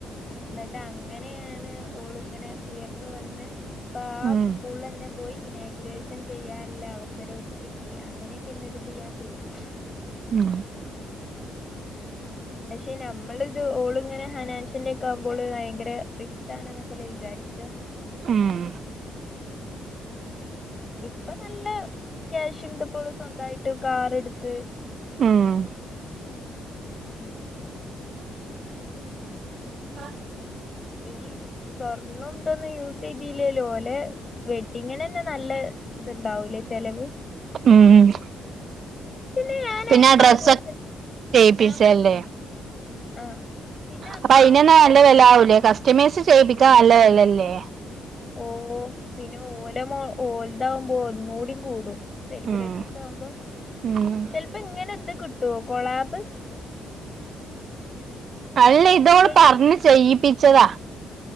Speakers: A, on the left; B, on the right.
A: ന്നിട്ട് അങ്ങനെയാണ് ഓള്ങ്ങനെ ഉയർന്ന് വന്ന്പ്പ ആ
B: ഉം
A: സ്കൂള ന്നെ പോയി ഇനാഗ്രേഷൻ ചെയ്യാനുള്ള അവസരഓക്ക് കിട്ടി അങ്ങനെയൊക്കെള്ള ഒര് ത് ഞാൻ കേട്ട്
B: ഉം
A: പക്ഷെ നമ്മളിത് ഓള്ങ്ങനെ ഹനാൻഷ്യന്റെ ക്കെ ആകുമ്പോള് ഭയങ്കര റിച്ചാണെന്നൊക്കെല്ലേ വിചാരിക്ക
B: ഉം
A: ഇപ്പൊ നല്ല ക്യാഷ് ണ്ട്പ്പോള് സ്വന്തായിട്ട് കാറ്ട്ത്ത്
B: ആഹ്
A: ഉം
B: <inaudible>
A: ഈ സ്വർണം ന്തൊന്നും യൂസ് ചെയ്തില്ലേല്ലോ ഓലെ വെഡ്ഡിങ്ങിനെന്നെ നല്ല ത്ണ്ടാവൂലെ ചെലവ്.
B: ഉം
A: പിന്നെ ഞാന്
B: പിന്നെ ഡ്രസ്
A: ആദ്യായിട്ട്
B: ഒക്കെ ചെയ്യിപ്പിച്ചല്ലേ
A: ആഹ് പറ ആഹ് പിന്നെ
B: അപ്പൊ അയ്നന്ന്
A: ആദ്യായിട്ട്
B: നല്ല വെല ആവൂലേ കസ്റ്റമൈസ് ചെയ്യിപ്പിക്കാനല്ല വെലല്ലേ?
A: ഓ പിന്നെ ഓല മോ ഓലതാവുമ്പോ ഒന്നൂടിം കൂടും. സെലിബ്രിറ്റീസ്
B: ഉം
A: ആവുമ്പോ
B: ഉം
A: ചെൽപ്പോ ങ്ങനെ ത് കിട്ടൊ കൊളാബ്
B: അല്ല ഇതോള്
A: വെഡ്ഡിങ്
B: പറഞ്ഞ് ചെയ്യിപ്പിച്ചതാ.